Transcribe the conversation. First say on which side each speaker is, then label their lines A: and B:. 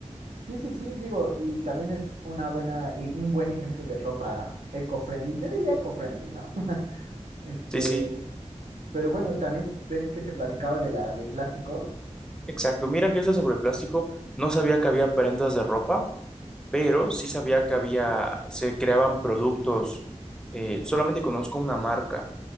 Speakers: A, on the right; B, in the centre.
A: Sí, sí, sí, digo, y también es una buena, y un buen ejemplo de ropa eco-friendly. Yo diría eco-friendly, ¿no? <laughs> Este,
B: Sí, sí,
A: pero bueno, también ves que te platicaba de la de plástico.
B: Exacto, mira que eso sobre plástico, no sabía que había prendas de ropa, pero sí sabía que había, se creaban productos, eh, solamente conozco una marca